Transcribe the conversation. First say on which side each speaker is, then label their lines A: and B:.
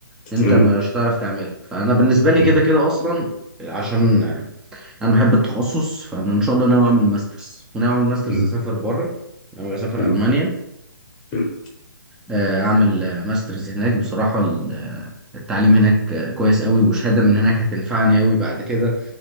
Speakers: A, in the centre; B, on the left.
A: انت
B: أمم،
A: مش هتعرف تعملها فانا بالنسبه لي
B: أمم،
A: كده كده اصلا عشان آه، انا بحب التخصص فانا ان شاء الله ناوي اعمل ماسترز وناوي اعمل ماسترز
B: أمم،
A: اسافر بره ناوي اسافر
B: أمم،
A: المانيا
B: أمم،
A: آه، اعمل آه، ماسترز هناك بصراحه ال- آه، التعليم هناك آه، كويس قوي وشهاده من هناك هتنفعني قوي بعد كده